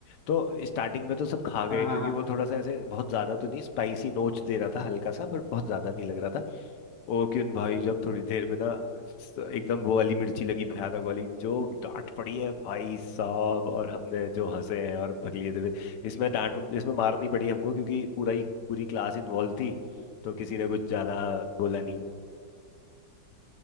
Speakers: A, on the left (about 70°); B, on the left (about 50°).
A: तो स्टार्टिंग में तो सब खा गए
B: हाँ हाँ
A: क्योंकि
B: हाँ
A: वो थोड़ा सा ऐसे बहुत ज्यादा तो नहीं स्पाइसी नोच दे रहा था हल्का सा बट बहुत ज्यादा नहीं लग रहा था ओ क्यों भाई जब थोड़ी देर में ना स- एकदम वो वाली मिर्ची लगी भयानक वाली जो डांट पड़ी है भाई साहब और हमने जो हंसे हैं और बकलिए थे इसमें डांट इसमें मार नहीं पड़ी हमको क्योंकि पूरा ही पूरी क्लास इन्वॉल्व थी तो किसी ने कुछ ज्यादा बोला नहीं